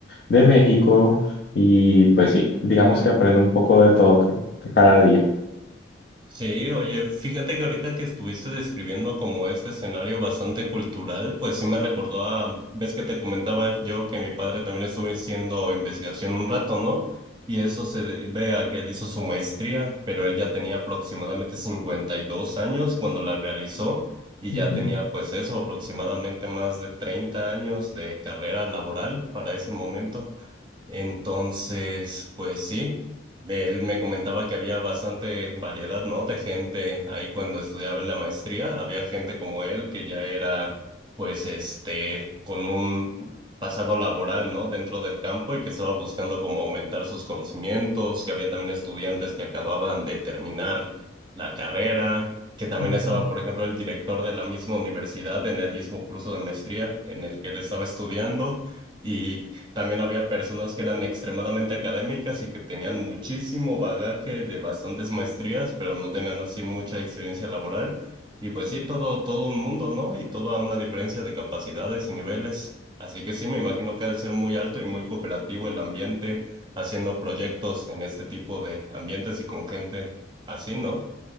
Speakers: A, on the left (about 55°); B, on the right (about 25°).
A: de México, y pues sí, digamos que aprendo un poco de todo cada día.
B: Sí, oye, fíjate que ahorita que estuviste describiendo como este escenario bastante cultural, pues sí me recordó a, ves que te comentaba yo que mi padre también estuvo haciendo investigación un rato, ¿no? Y eso se debe a que él hizo su maestría, pero él ya tenía aproximadamente 52 años cuando la realizó y
A: Ujú,
B: ya tenía pues eso, aproximadamente más de 30 años de carrera laboral para ese momento. Entonces, pues sí, él me comentaba que había bastante variedad, ¿no? De gente ahí cuando estudiaba en la maestría, había gente como él que ya era, pues, este, con un pasado laboral, ¿no? Dentro del campo y que estaba buscando como aumentar sus conocimientos, que había también estudiantes que acababan de terminar la carrera, que también
A: ujú.
B: estaba, por ejemplo, el director de la misma universidad en el mismo curso de maestría en el que él estaba estudiando. Y también había personas que eran extremadamente académicas y que tenían muchísimo bagaje de bastantes maestrías, pero no tenían así mucha experiencia laboral. Y pues sí, todo, todo un mundo, ¿no? Y toda una diferencia de capacidades y niveles. Así que sí, me imagino que ha de ser muy alto y muy cooperativo el ambiente haciendo proyectos en este tipo de ambientes y con gente así, ¿no?